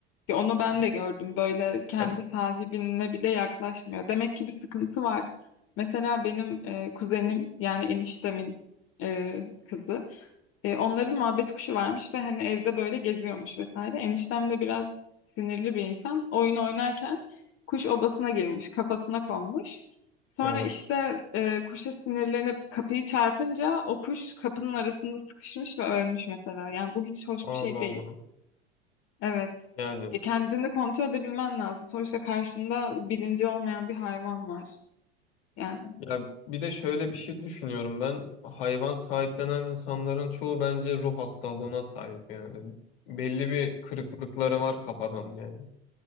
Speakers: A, on the left; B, on the left.
A: Ya onu ben
B: Yani,
A: de gördüm. Böyle kendi
B: hep-
A: sahibine bile yaklaşmıyor. Demek ki bir sıkıntı var. Mesela benim e, kuzenim yani eniştemin e, kızı. E, onların muhabbet kuşu varmış ve hani evde böyle geziyormuş vesaire. Eniştem de biraz sinirli bir insan. Oyun oynarken kuş odasına girmiş, kafasına konmuş. Sonra
B: evet.
A: işte e, kuşa sinirlenip kapıyı çarpınca o kuş kapının arasında sıkışmış ve ölmüş mesela. Yani bu hiç hoş
B: Allah
A: bir şey değil.
B: Allah.
A: Evet.
B: Yani
A: E, kendini kontrol edebilmen lazım. Sonuçta karşında bilinci olmayan bir hayvan var. Yani
B: ya bir de şöyle bir şey düşünüyorum ben. Hayvan sahiplenen insanların çoğu bence ruh hastalığına sahip yani. Belli bir kırıklıkları var kafadan yani.